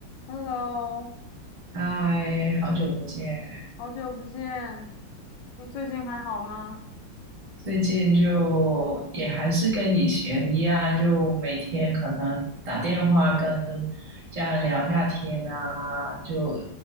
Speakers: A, on the left (about 75°); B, on the right (about 30°).
A: Hello，
B: 嗨，好久不见！
A: 好久不见，你最近还好吗？
B: 最近就也还是跟以前一样，就每天可能打电话跟家人聊一下天啊，就